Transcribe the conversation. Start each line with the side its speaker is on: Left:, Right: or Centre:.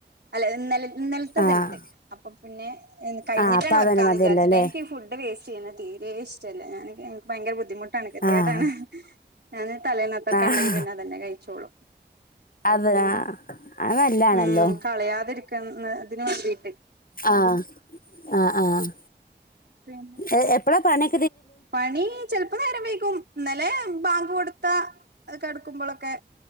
Right: അല്ല ഇന്നല ന്നൽത്തത്ണ്ട്
Left: ആഹ്
Right: അപ്പൊ പിന്നെ കഴിഞ്ഞിട്ടാണ്
Left: ആഹ് അപ്പൊ അതന്നെ
Right: വെക്കാന്ന്
Left: മതിയല്ലോല്ലേ
Right: വിചാരിച്ചിട്ട് എനിക്ക് ഈ ഫുഡ്ഡ് വെസ് റ്റെയ്യ്ണെ തീരെ ഇശ്ടല്ല ഞാന് നിക്ക് ഭയങ്ക ബുദ്ധിമു ട്ടാണ് ഗതികേടാണ്
Left: ആഹ്
Right: ഞാന് തലേന്നത്തൊക്കെ
Left: ആഹ്
Right: ണ്ടെങ്കി പിന്നെ അതന്നെ കഴിച്ചോളു
Left: അത്
Right: ഉം
Left: ആഹ് അത് നല്ലാണല്ലോ
Right: ഉം കളയാതിര്ക്ക്‌ന്ന തിന് വേണ്ടിയിട്ട്
Left: ആഹ് ആഹ് ആഹ്
Right: പിന്നെ
Left: എ എപ്പളാ പണി
Right: പണി ചെലപ്പോ നേരം വെയ് കും ന്നലെ ബാങ്ക് കൊടുത്ത കടക്കുമ്പളൊക്കെ